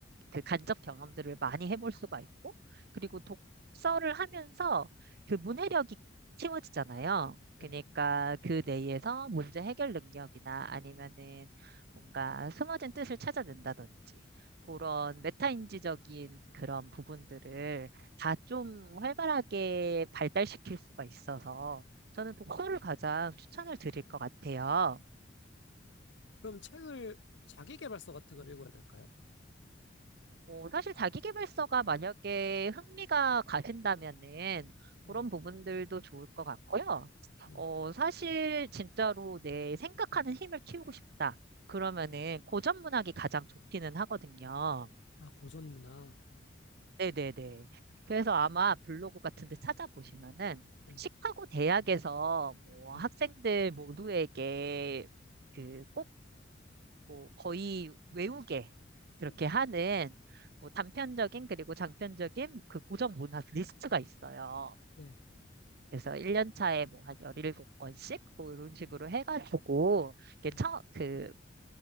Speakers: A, on the right (about 55°); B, on the left (about 70°).
A: 그 간접 경험들을 많이 해볼 수가 있고, 그리고 독서를 하면서 그 문해력이 키워지잖아요.
B: 네.
A: 그러니까 그 내에서 문제 해결 능력이나 아니면은 뭔가 숨어진 뜻을 찾아낸다든지 그런 메타인지적인 그런 부분들을 다 좀 활발하게 발달시킬 수가 있어서 저는 독서를 가장 추천을 드릴 것 같아요.
B: 그럼 책을 자기계발서 같은 걸 읽어야 될까요?
A: 어, 사실 자기계발서가 만약에 흥미가 가신다면은
B: 네.
A: 그런 부분들도 좋을 것 같고요.
B: 네.
A: 어, 사실 진짜로 내 생각하는 힘을 키우고 싶다. 그러면은 고전 문학이 가장 좋기는 하거든요.
B: 아, 고전 문학.
A: 네네네. 그래서 아마 블로그 같은 데 찾아보시면은
B: 네.
A: 시카고 대학에서 뭐
B: 네.
A: 학생들 모두에게 그 꼭 뭐 거의 외우게 그렇게
B: 음,
A: 하는 뭐 단편적인 그리고 장편적인 그 고정 문학 리스트가 있어요.
B: 네.
A: 그래서 1년 차에 뭐 한 1 7권씩 뭐 이런 식으로 해가지고 이게
B: 네.
A: 처, 그